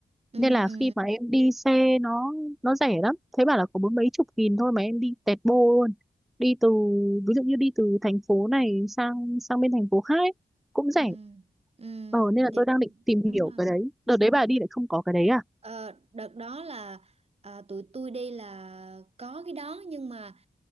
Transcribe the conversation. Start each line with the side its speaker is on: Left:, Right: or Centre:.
Right: ừ
Centre: Nên là
Right: ừ
Centre: khi mà em đi xe nó nó rẻ lắm. Thế bảo là có bốn mấy chục nghìn thôi mà em đi tẹt bô luôn. Đi từ ví dụ như đi từ thành phố này sang sang bên thành phố khác ấy, cũng
Right: ừ
Centre: rẻ
Right: ừ ừ,
Centre: Ờ nên là
Right: thì
Centre: tôi đang định tìm
Right: đúng
Centre: hiểu
Right: rồi
Centre: cái đấy. Đợt đấy bà đi lại không có cái đấy à?
Right: Ờ, đợt đó là à, tụi tôi đi là có cái đó nhưng mà